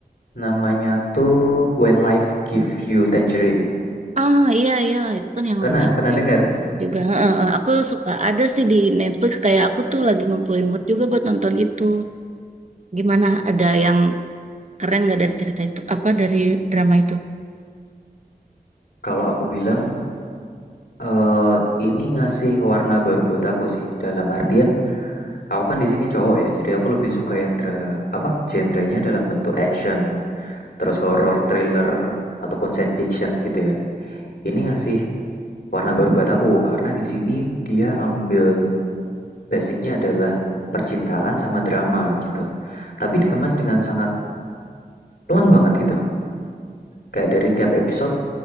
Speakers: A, on the left; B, on the right.
A: Namanya tuh When Life Give You Tangerine.
B: Ah iya iya itu kan yang
A: Pernah,
B: lagi
A: pernah dengar?
B: juga Heeh, heeh. aku suka ada sih di Netflix kayak aku tuh lagi ngumpulin mood juga buat nonton itu gimana ada yang keren nggak dari cerita itu apa dari drama itu
A: Kalau aku bilang eh ini ngasih warna baru buat aku sih. Dalam artian aku kan di sini cowok ya, jadi aku lebih suka yang dra apa? Genrenya dalam bentuk action, terus horror, thriller ataupun science fiction gitu ya. Ini ngasih warna baru buat aku karena di sini dia ambil Basicnya adalah percintaan sama drama gitu. Tapi dikemas dengan sangat pelan banget gitu. Kayak dari tiap episode